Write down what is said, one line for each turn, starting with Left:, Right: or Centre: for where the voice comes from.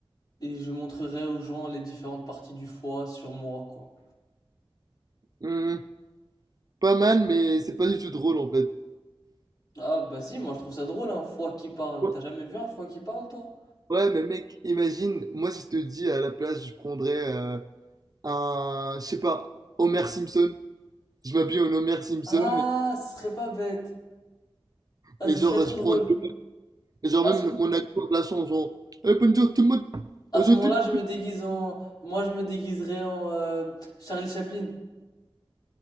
Left: et je montrerai aux gens les différentes parties du foie sur moi, quoi.
Right: Hmm, pas mal, mais c'est pas du tout drôle en fait.
Left: Ah, bah si, moi je trouve ça drôle, un foie qui parle.
Right: Ouais,
Left: T'as jamais vu un foie qui parle, toi?
Right: ouais, mais mec, imagine, moi si je te dis à la place, je prendrais euh, un, je sais pas, Homer Simpson. Je m'habille en Homer Simpson
Left: Ah, ce serait pas bête. Ah,
Right: Et
Left: ce
Right: genre,
Left: serait trop
Right: je
Left: drôle.
Right: prends. Et genre,
Left: À
Right: même
Left: ce,
Right: mon adjoint de la chanson, genre, eh, bonjour tout le monde,
Left: à
Right: aujourd'hui.
Left: ce moment-là, je me déguise en. Moi, je me déguiserais en euh, Charlie Chaplin.